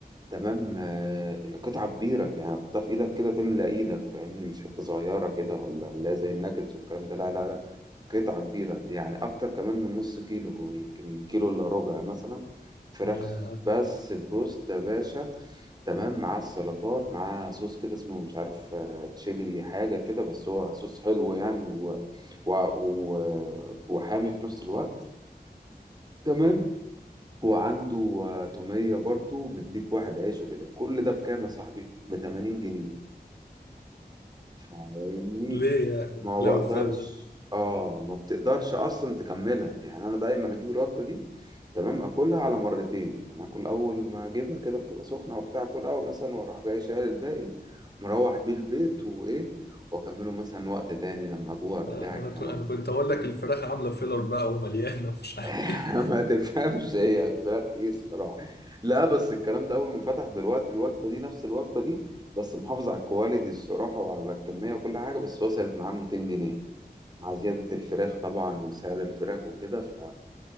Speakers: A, on the right; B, on the left.
A: تمام آه القطعة كبيرة يعني تحطها في إيدك كده تملى إيدك فاهمني مش حتة صغيرة كده ولا لا زي الناجتس والكلام ده لا لا لا قطعة كبيرة يعني أكتر كمان من نص كيلو يمكن كيلو إلا ربع مثلا فراخ
B: يا.
A: بس بروست يا باشا تمام مع السلطات مع صوص كده اسمه مش عارف تشيلي حاجة كده بس هو صوص حلو يعني و... و... و... وحامي في نفس الوقت تمام وعنده آه، تومية برضو بيديك واحد عيش وكده كل ده بكام يا صاحبي؟ ب 80 جنيه فاهمني
B: ليه يعني
A: ما
B: لو
A: بقدرش
B: الفات ده
A: اه ما بتقدرش اصلا تكملها يعني انا دايما اجيب الوجبه دي تمام اكلها على مرتين يعني اكل اول ما اجيبها كده بتبقى سخنه وبتاع اكلها اول مثلا واروح جاي شايل الباقي مروح بيه البيت وايه واكمله مثلا وقت تاني لما اجوع بتاع
B: انا
A: الكلام
B: انا كنت أنا
A: ده
B: كنت اقول لك الفراخ عامله فيلر بقى ومليانه ومش عارف
A: <laughs>
B: ايه
A: ما تفهمش هي الفراخ ايه الصراحه لا بس الكلام ده اول ما فتح دلوقتي الوجبه دي نفس الوجبه دي بس محافظ على الكواليتي الصراحه وعلى الكميه وكل حاجه بس وصلت معاه 200 جنيه مع زيادة الفراخ طبعا وسعر الفراخ وكده ف